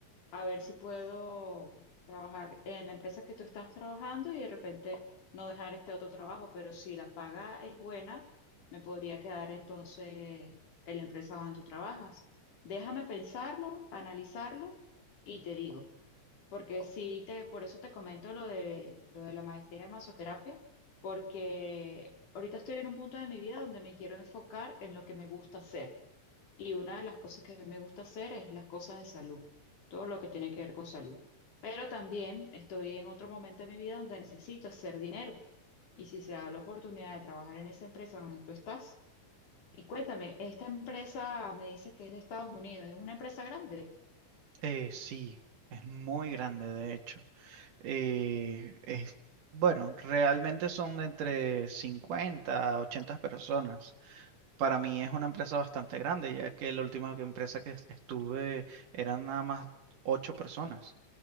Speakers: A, on the left; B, on the right.
A: a ver si puedo trabajar en la empresa que tú estás trabajando y de repente no dejar este otro trabajo, pero si la paga es buena, me podría quedar entonces en la empresa donde tú trabajas. Déjame pensarlo, analizarlo y te digo. Porque sí te, por eso te comento lo de, lo de la maestría de masoterapia, porque ahorita estoy en un punto de mi vida donde me quiero enfocar en lo que me gusta hacer. Y una de las cosas que me gusta hacer es las cosas de salud, todo lo que tiene que ver con salud. Pero también estoy en otro momento de mi vida donde necesito hacer dinero. Y si se da la oportunidad de trabajar en esa empresa donde tú estás, y cuéntame, esta empresa me dice que es de Estados Unidos, ¿es una empresa grande?
B: Eh, sí, es muy grande de hecho. Eh, es, bueno, realmente son de entre 50 a 80 personas. Para mí es una empresa bastante grande, ya que la última que- empresa que est- estuve eran nada más 8 personas.